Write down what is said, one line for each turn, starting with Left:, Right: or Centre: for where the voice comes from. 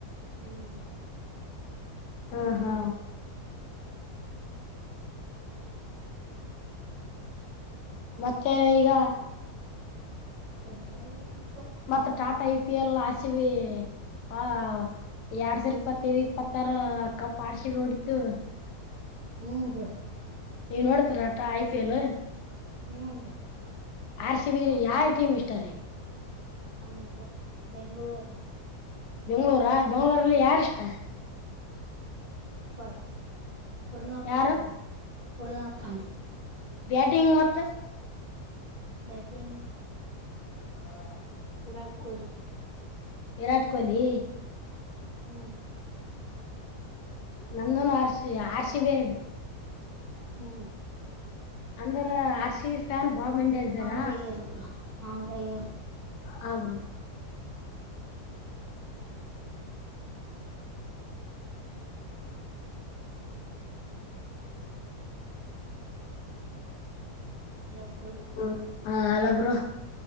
Right: ಹೂಂದು
Left: ಹ ಹಾ ಮತ್ತೆ ಈಗ
Right: ಏನಲ್ಲ <unintelligible>
Left: ಮತ್ತತ್ ಟಾಟಾ ಐ ಪಿ ಎಲ್ ಹಸಿವ ಹಾ ಎರಡ್ ಸಾವರ ಇಪ್ಪತ್ತೈದು ಇಪ್ಪತ್ತಾರ ಅಕ್ಕ ಪಾರ್ಷಿಗೆ ಹೊಡತು
Right: ಹ್ಮ್ ಬ್ರೋ
Left: ನೀವ ನೋಡ್ತರ ಆಟ ಐ ಪಿ ಎಲ್
Right: ಹ್ಮ್ ಬ್ರೋ
Left: ಆ ಶಿವ ಯ್ತ ಯಾರ್ ಟೀಮ್ ಹಿಸ್ಟರಿ
Right: ನಮ ಬೆಂಗಳೂರ್
Left: ಬೆಂಗ್ಗಳೂರ ಬೆಂಗ್ಳೂರಲ್ಲಿ ಯಾರ ಇಷ್ಟ
Right: ಪ ಕುರುಣಾಪಾಂಡೆ
Left: ಯಾರು
Right: ಕುರುಣಾಪಾಂಡೆ <unintelligible>
Left: ಬ್ಯಾಟಿಂಗ್ ಮತ್ತ
Right: ಬ್ಯಾಟಿಂಗ್
Left: ಹಾ <unintelligible>
Right: ವಿರಾಟ್ ಕೊಹಲಿ
Left: ವಿರಾಟ್ ಕೊಹ್ಲಿ
Right: ಹ್ಮ್
Left: ನಂದನು ಆರ್‌ಸಿಬಿ ಆರ್‌ಸಿಬಿ
Right: ಹ್ಮ್
Left: ಅಂದ್ರ ಹರ್ಶಿಷ್ಟನ್ ಬಾಳ ಮಂಜ ಇದ್ದಾರ
Right: ಅವಲ್ದಾಗ್ಯಾರ ಬ್ರೋ ಅವಲ್ದಾಗ್ಯಾರ
Left: ಹಾಬ್ರೋ
Right: ಇಲ್ಲೊಬ್ರು
Left: ಹ್ಮ ಹಾ ಹಲೋ ಬ್ರೋ